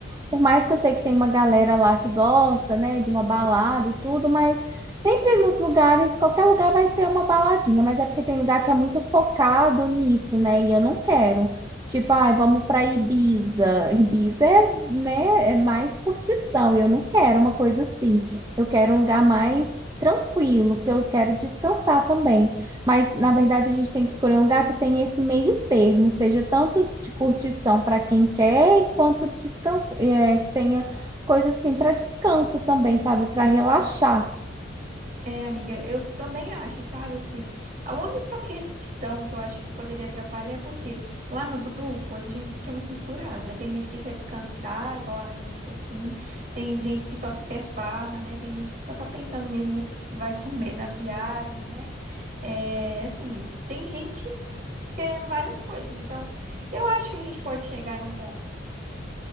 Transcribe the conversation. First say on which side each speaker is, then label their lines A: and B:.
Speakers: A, on the right; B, on the right.
A: por mais que eu sei que tem uma galera lá que gosta, né, de uma balada e tudo, mas sempre nos lugares, qualquer lugar vai ter uma baladinha, mas é porque tem lugar que é muito focado nisso, né, e eu não quero. Tipo, ai, vamos para Ibiza. Ibiza é né, é mais curtição. e Eu não quero uma coisa assim. Eu quero um lugar mais tranquilo, porque eu quero descansar também. Mas, na verdade, a gente tem que escolher um lugar que tenha esse meio termo, seja tanto de curtição para quem quer, e quanto descanso, é, que tenha coisa assim para descanso também, sabe? Para relaxar.
B: É, amiga, eu também acho, sabe, assim, a única questão que eu acho que poderia atrapalhar é porque lá no grupo a gente é muito misturado, né? Tem gente que quer descansar igual a gente, assim, tem gente que só quer farra, né? Tem gente que só tá pensando mesmo no que vai comer na viagem, né? É, assim, tem gente querendo várias coisas, então eu acho que a gente pode chegar num